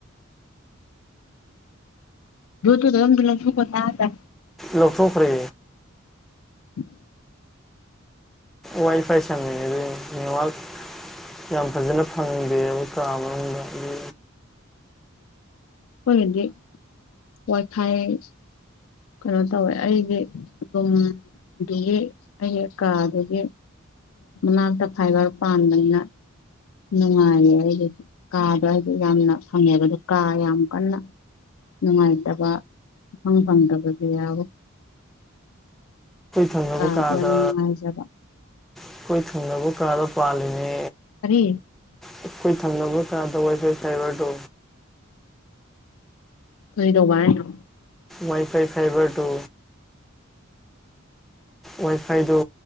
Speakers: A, on the left; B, in the centre.
A: ꯣ ꯇꯗ ꯑꯗꯂ ꯊꯨꯀ ꯇ ꯇ
B: ꯂꯧꯊꯣꯛꯈ꯭ꯔꯦ
A: ꯎꯝ
B: ꯋꯥꯏ ꯐꯥꯏ ꯆꯃꯤꯗꯤ ꯅ ꯋꯥ ꯌꯥꯝ ꯐꯖꯅ ꯐꯪꯗꯦꯕ ꯀꯥ ꯃꯅꯨꯡꯗ ꯑꯗꯨ
A: ꯍꯣꯏꯒꯗꯤ ꯋꯥꯏ ꯐꯥꯏ ꯀꯩꯅꯣ ꯇꯧꯋꯦ ꯑꯩꯒꯤ ꯑꯗꯨꯨꯝꯗꯨꯒꯤ ꯑꯩꯒꯤ ꯀꯥꯗꯨꯒꯤ ꯃꯅꯥꯛꯇ ꯐꯥꯏꯕꯔ ꯄꯥꯟꯕꯅꯤꯅ ꯅꯨꯡꯉꯥꯏꯌꯦ ꯑꯩꯒꯤ ꯀꯥꯗꯣ ꯑꯩꯗꯤ ꯌꯥꯝꯅ ꯐꯪꯉꯦꯕ ꯑ ꯀꯥ ꯌꯥꯝ ꯀꯟꯅ ꯅꯨꯡꯉꯥꯏꯇꯕ ꯃꯪ ꯐꯪꯗꯕꯁꯨ ꯌꯥꯎꯋ
B: ꯊꯪꯅꯕ
A: ꯀꯥꯕꯤ
B: ꯀꯥꯗ
A: ꯅꯨꯡꯉꯥꯏꯖꯕ
B: ꯑꯩꯈꯣꯏ ꯊꯪꯅꯕ ꯀꯥꯔ ꯄꯥꯜꯂꯤꯦꯅꯦ
A: ꯀꯔꯤ
B: ꯑꯩꯈꯣꯏ ꯊꯪꯅꯕ ꯗꯁꯦ ꯁꯥꯏꯕꯔ ꯇ
A: ꯀꯩꯗꯧꯕ ꯍꯥꯏꯅꯣ
B: ꯋꯥꯏ ꯐꯥꯏ ꯐꯥꯏꯚꯔ ꯇꯨ ꯋꯥꯏ ꯐꯥꯏꯗ